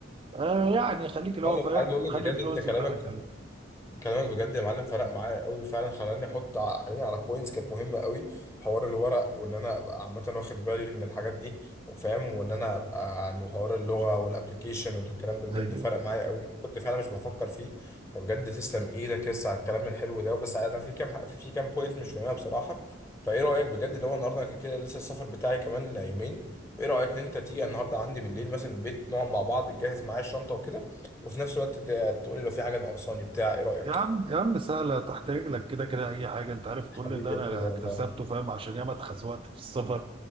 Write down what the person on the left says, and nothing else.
معلم،
عايز اقول لك
بجد
انت كلامك
كلامك بجد يا معلم فرق معايا قوي فعلا خلاني احط ع- عيني على بوينتس كانت مهمه قوي حوار الورق وان انا ابقى عامه واخد بالي من الحاجات دي وفاهم وان انا ابقى عن حوار اللغه والابلكيشن والكلام ده بجد
فرق معايا قوي كنت فعلا مش بفكر فيه فبجد تسلم ايدك يس على الكلام الحلو ده بس انا في كام في كام بوينت مش فاهمها بصراحه فايه رايك بجد لو النهارده أنا كده لسه السفر بتاعي كمان يومين ايه رايك ان انت تيجي النهارده عندي بالليل مثلا البيت نقعد مع بعض تجهز معايا الشنطه وكده وفي نفس الوقت تقولي لو في حاجة ناقصاني بتاع ايه رأيك
حبيبي
يا
اخويا والله